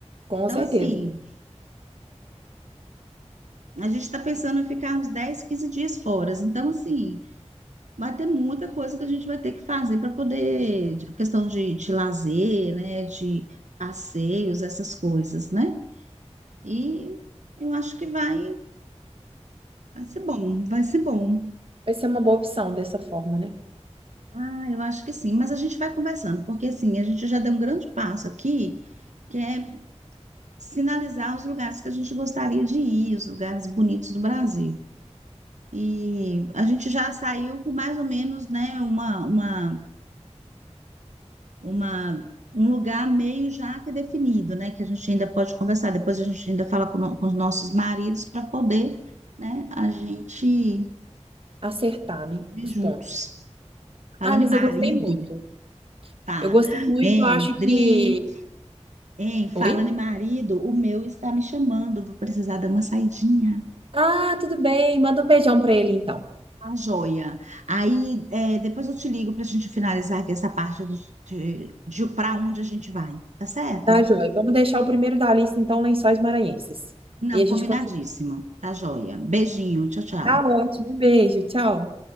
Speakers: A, on the right; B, on the right.
A: Com
B: Então,
A: certeza.
B: assim. A gente está pensando em ficar uns 10, 15 dias fora. Então, assim, vai ter muita coisa que a gente vai ter que fazer para poder, de- questão de, de lazer, né? De passeios, essas coisas, né? E eu acho que vai, vai ser bom, vai ser bom.
A: Vai ser uma boa opção dessa forma, né?
B: Ah, eu acho que sim, mas a gente vai conversando, porque assim, a gente já deu um grande passo aqui, que é sinalizar os lugares que a gente gostaria de ir, os lugares bonitos do Brasil. E a gente já saiu com mais ou menos, né, uma, uma uma, um lugar meio já que definido, né? Que a gente ainda pode conversar. Depois a gente ainda fala com, no- com os nossos maridos para poder, né? A gente
A: Acertar,
B: decidir
A: né? Os
B: juntos.
A: pontos.
B: Falando
A: Ah, mas
B: em marido,
A: eu gostei muito.
B: tá?
A: Eu gostei muito,
B: Hein,
A: acho que.
B: Dri? Hein, falando
A: Oi?
B: em marido, o meu está me chamando. Vou precisar dar uma saidinha.
A: Ah, tudo bem. Manda um beijão pra ele então.
B: Tá joia. Aí, é, depois eu te ligo para a gente finalizar aqui essa parte de, de, de para onde a gente vai, tá certo?
A: Tá, Joy? Vamos deixar o primeiro da lista, então, Lençóis Maranhenses.
B: Não,
A: E a
B: combinadíssimo.
A: gente continua.
B: Tá joia. Beijinho. Tchau, tchau.
A: Tá ótimo. um Beijo, tchau.